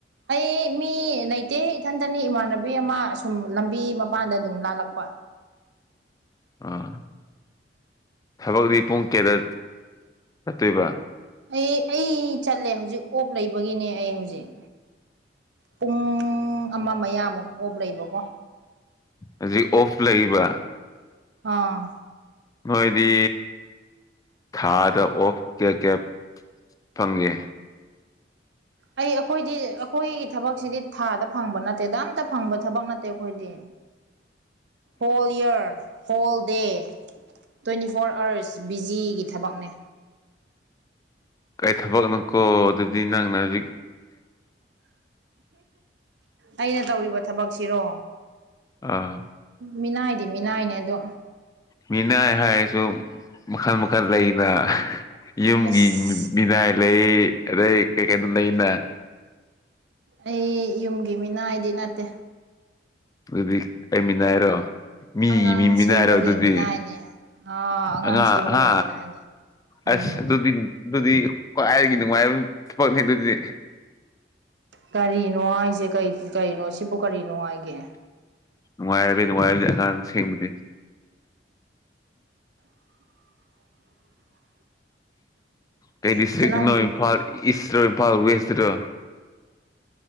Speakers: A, on the right; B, on the left.
A: ꯑꯩ ꯃꯤ ꯂꯩꯇꯦ ꯏꯊꯟꯇꯅꯤ ꯏꯃꯥꯟꯅꯕꯤ ꯑꯃ ꯑ ꯁꯨꯝ ꯂꯝꯕꯤ ꯃꯄꯥꯟꯗ ꯑꯗꯨꯝ ꯂꯥꯜꯂꯛꯄ
B: ꯑꯥ ꯊꯕꯛꯗꯤ ꯄꯨꯡ ꯀꯌꯥꯗ ꯆꯠꯇꯣꯏꯕ
A: ꯑꯩ ꯑꯩ ꯆꯠꯂꯦ ꯍꯧꯖꯤꯛ ꯑꯣꯞ ꯂꯩꯕꯒꯤꯅꯦ ꯑꯩ ꯍꯧꯖꯤꯛ ꯄꯨꯡ ꯄꯨꯡ ꯑꯃ ꯃꯌꯥꯃꯨꯛ ꯀꯣꯞ ꯂꯩꯕꯀꯣ
B: ꯍꯧꯖꯤꯛ ꯑꯣꯐ ꯂꯩꯕ
A: ꯑꯥ
B: ꯅꯣꯏꯗꯤ ꯊꯥꯗ ꯑꯣꯐ ꯀꯌꯥ ꯀꯌꯥ ꯐꯪꯉꯦ
A: ꯑꯩ ꯑꯩꯈꯣꯏꯗꯤ ꯑꯩꯈꯣꯏꯒꯤ ꯊꯕꯛꯁꯤꯗꯤ ꯊꯥꯗ ꯐꯪꯕ ꯅꯠꯇꯦꯗ ꯑꯝꯇ ꯐꯪꯕ ꯊꯕꯛ ꯅꯠꯇꯦ ꯑꯩꯈꯣꯏꯗꯤ whole year whole day twenty four hours ꯕꯤꯖꯤꯒꯤ ꯊꯕꯛꯅꯦ
B: ꯀꯥꯏ ꯊꯕꯛꯅꯣꯀꯣ ꯑꯗꯨꯗꯤ ꯅꯪꯅ ꯍꯧꯖꯤꯛ
A: ꯑꯩꯅ ꯇꯧꯔꯤꯕ ꯊꯕꯛꯁꯤꯔꯣ
B: ꯑꯥ
A: ꯃꯤꯅꯥꯏꯗꯤ ꯃꯤꯅꯥꯏꯅꯦ ꯑꯗꯣ
B: ꯃꯤꯅ ꯍꯥꯏꯔꯁꯨ ꯃꯈꯜ ꯃꯈꯜ ꯂꯩꯅ ꯌꯨꯝꯒꯤ
A: ꯑꯁ
B: ꯃꯤꯅꯥꯏ ꯂꯩ ꯑꯗꯩ ꯀꯩ ꯀꯩꯅꯣ ꯂꯩꯅ
A: ꯑꯩ ꯌꯨꯝꯒꯤ ꯃꯤꯅꯥ ꯑꯩꯗꯤ ꯅꯠꯇꯦ
B: ꯑꯗꯨꯗꯤ ꯑꯩꯃꯤꯅꯥꯏꯔꯣ ꯃꯤꯒꯤ
A: ꯑꯉꯥꯡ
B: ꯃꯤ
A: ꯁꯦꯝꯕꯒꯤ
B: ꯃꯤꯅ ꯍꯥꯏꯔꯣ ꯑꯗꯨꯗꯤ
A: ꯃꯤꯅꯥꯏꯅꯦ ꯑꯥ
B: ꯑꯉꯥꯡ
A: ꯁꯦꯝꯕꯒꯤ
B: ꯍꯥ
A: ꯃꯤꯅꯥꯏꯅꯦ ꯎꯝ
B: ꯑꯁ ꯑꯗꯨꯗꯤ ꯑꯗꯨꯗꯤ ꯍꯥꯏꯔꯒꯤ ꯅꯨꯡꯉꯥꯏ ꯄꯛꯅꯤ ꯑꯗꯨꯗꯤ
A: ꯀꯔꯤꯅꯣ ꯍꯥꯏꯁꯦ ꯀꯔꯤꯩꯅꯣ ꯁꯤꯕꯨ ꯀꯔꯤ ꯅꯨꯡꯉꯥꯏꯒꯦ
B: ꯅꯨꯡꯉꯥꯏꯕꯤ ꯅꯨꯡꯉꯥꯏꯕꯗꯤꯉ ꯊꯦꯡꯕꯗꯤ
A: <inaudible>
B: ꯀꯩ ꯗꯤꯁꯇ꯭ꯛ
A: ꯏꯆꯦꯂꯥꯏꯝꯕꯤ
B: ꯅ ꯏꯝꯐꯥꯜ ꯏꯁ ꯏꯝꯐꯥꯜ ꯋꯦꯁ ꯔ